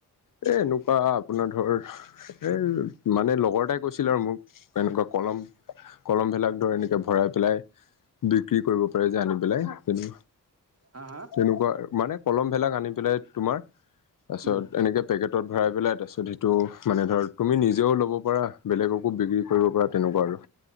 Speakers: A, on the left; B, on the right.
A: এ এনেকুৱা আপোনাৰ ধৰ এ মানে লগৰ এটাই কৈছিল আৰু মোক এনেকুৱা কলম কলমবিলাক ধৰ এনেকে ভৰাই পেলাই, বিক্ৰী কৰিব পাৰে যে আনি পেলাই তেনু
B: হা হা
A: তেনেকুৱা মানে কলম ভিলাক আনি পেলাই তোমাৰ, তাৰপিছত
B: উম
A: এনেকে পেকেটত ভৰাই পেলাই তাৰপিছত সিটো মানে ধৰ তুমি নিজেও ল'ব পাৰা বেলেগক <unintelligible> বিক্ৰী কৰিব পৰা তেনেকুৱা আৰু।